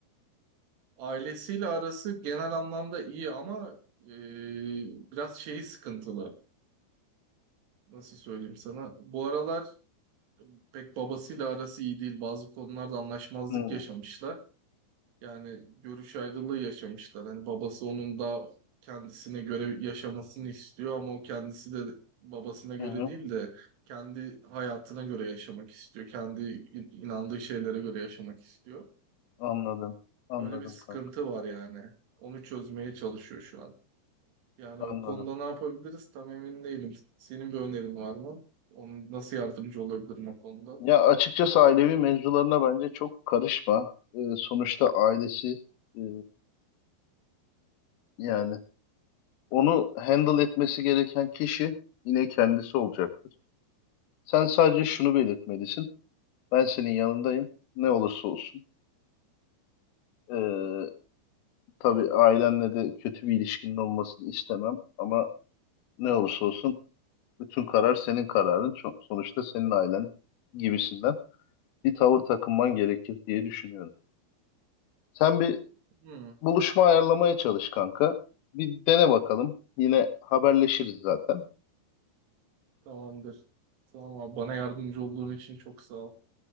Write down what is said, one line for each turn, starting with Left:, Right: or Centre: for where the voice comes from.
Right: Ailesiyle arası genel anlamda iyi ama e, biraz şeyi sıkıntılı. Nasıl söyleyeyim sana? Bu aralar pek babasıyla arası iyi değil. Bazı konularda anlaşmazlık
Left: Hı
Right: yaşamışlar. Yani görüş ayrılığı yaşamışlar. Hani babası onun daha kendisine göre yaşamasını istiyor ama o kendisi de babasına göre
Left: hı, hı.
Right: değil de kendi hayatına göre yaşamak istiyor. Kendi in- inandığı şeylere göre yaşamak istiyor.
Left: Anladım. Anladım
Right: Öyle bir sıkıntı
Left: kanka.
Right: var yani. Onu çözmeye çalışıyor şu an. Yani
Left: Anladım.
Right: o konuda ne yapabiliriz tam emin değilim. Senin bir önerin var mı? Onun nasıl yardımcı olabilirim o konuda?
Left: Ya açıkçası ailevi mevzularına bence çok karışma. Ee, sonuçta ailesi e, yani Onu handle etmesi gereken kişi yine kendisi olacaktır. Sen sadece şunu belirtmelisin. Ben senin yanındayım. Ne olursa olsun. Ee, tabii ailenle de kötü bir ilişkinin olmasını istemem. Ama ne olursa olsun bütün karar senin kararın. Ço- Sonuçta senin ailen gibisinden bir tavır takınman gerekir diye düşünüyorum. Sen bir
Right: Hmm,
Left: buluşma ayarlamaya çalış kanka. Bir dene bakalım. Yine haberleşiriz zaten.
Right: tamamdır. Tamam abi. Bana yardımcı olduğun için çok sağ ol.